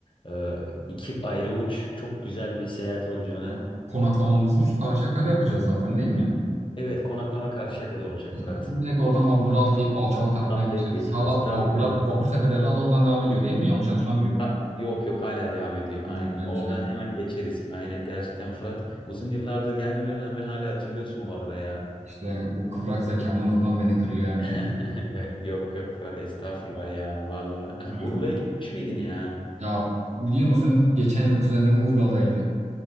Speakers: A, on the left; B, on the right.
A: e, iki ayrı uç çok güzel bir seyahat olacağına
B: Ya, Konaklamamızı
A: eminim.
B: biz Karşıyaka'da yapacağız zaten değil mi?
A: Evet konaklama Karşıyaka'da olacak
B: Ee,
A: Fırat.
B: tamam, direkt oradan vapura atlayıp
A: Aynen.
B: Balçova tarafına
A: Atlayıp
B: geçeriz.
A: geçeriz.
B: Hala
A: Tabii
B: vapurlar,
A: tabii.
B: vapur seferleri hala oradan devam ediyor değil mi? Yanlış hatırlamıyorum.
A: Ha, yok yok hala devam ediyor.
B: Ha,
A: Aynen.
B: güzel
A: Oradan
B: güzel.
A: hemen geçeriz. Aynen. Gerçekten Fırat uzun yıllardır gelmeme rağmen hala hatırlıyorsun bu arada ya.
B: İşte bu kıvrak zekamı unutmam beni kırıyor
A: <laughs>
B: Emre.
A: Evet, yok yok Fırat estağfurullah ya valla. <laughs>
B: Yani,
A: Urla'ya gitmiş miydin ya?
B: ya biliyor musun geçen yıl kuzenim Urla'daydı.